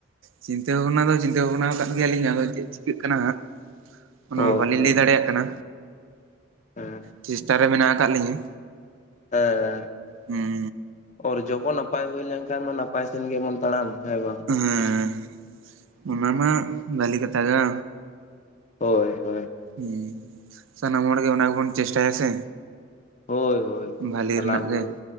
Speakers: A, on the right; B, on the left.
A: ᱪᱤᱱᱛᱟᱹ ᱵᱷᱟᱵᱽᱱᱟ ᱫᱚ ᱪᱤᱱᱛᱟᱹ ᱵᱷᱟᱵᱽᱱᱟᱣ ᱠᱟᱫ ᱜᱮᱭᱟᱞᱤᱧ ᱟᱫᱚ ᱪᱮᱫ ᱪᱤᱠᱟᱹᱜ ᱠᱟᱱᱟ ᱦᱟᱸᱜ᱾ ᱚᱱᱟᱢᱟ
B: ᱦᱳᱭ
A: ᱵᱟᱞᱤᱧ
B: ᱦᱳᱭ
A: ᱞᱟᱹᱭ ᱫᱟᱲᱮᱭᱟᱜ ᱠᱟᱱᱟ
B: ᱦᱮᱸ
A: ᱪᱮᱥᱴᱟ ᱨᱮ ᱢᱮᱱᱟᱜ ᱟᱠᱟᱫ ᱞᱤᱧᱟᱹ᱾
B: ᱦᱮᱸ᱾
A: ᱦᱩᱸ
B: ᱚᱨᱡᱚ ᱠᱚ ᱱᱟᱯᱟᱭ ᱦᱩᱭ ᱞᱮᱱᱠᱷᱟᱱ ᱢᱟ ᱱᱟᱯᱟᱭ ᱥᱮᱱ ᱜᱮᱵᱚᱱ ᱛᱟᱲᱟᱢ ᱦᱮᱸ ᱵᱟᱝ᱾
A: ᱦᱩᱸ, ᱚᱱᱟᱢᱟ ᱵᱷᱟᱹᱞᱤ ᱠᱟᱛᱷᱟ ᱜᱟ᱾
B: ᱦᱳᱭ ᱦᱳᱭ᱾
A: ᱦᱩᱸ, ᱥᱟᱱᱟᱢ ᱦᱚᱲ ᱜᱮ ᱚᱱᱟ ᱜᱮ ᱵᱚᱱ ᱪᱮᱥᱴᱟᱭᱟ ᱥᱮ᱾
B: ᱦᱳᱭ ᱦᱳᱭ
A: ᱵᱷᱟᱹᱞᱤ
B: ᱥᱟᱱᱟᱢ
A: ᱨᱮᱱᱟᱜ ᱜᱮ
B: ᱦᱚᱲ,